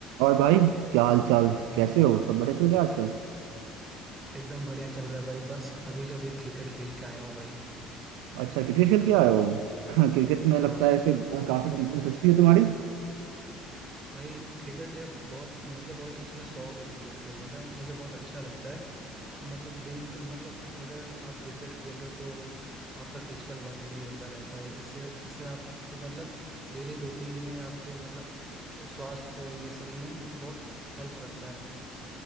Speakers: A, on the right; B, on the right.
A: और भाई क्या हाल चाल कैसे हो सब बढ़िया चल रहा है आजकल
B: एकदम बढ़िया चल रहा है भाई बस अभी अभी क्रिकेट खेल के आया हूँ भाई
A: अच्छा क्रिकेट खेल के आए हो <clears throat> क्रिकेट में लगता
B: हाँ भाई
A: है ऐसे अ, काफी दिल- दिलचस्पी है तुम्हारी
B: भाई क्रिकेट ये बहुत मुझे बहुत उसमें शौक है क्रिकेट खेलने का मुझे बहुत अच्छा लगता है मतलब दिन मतलब अगर आप क्रिकेट खेल रहे हो तो आपका फिजिकल वर्क भी होता रहता है इससे इससे आपको मतलब डेली रूटीन में आपके मतलब स्वास्थ्य को ये सब में बहुत हेल्प करता है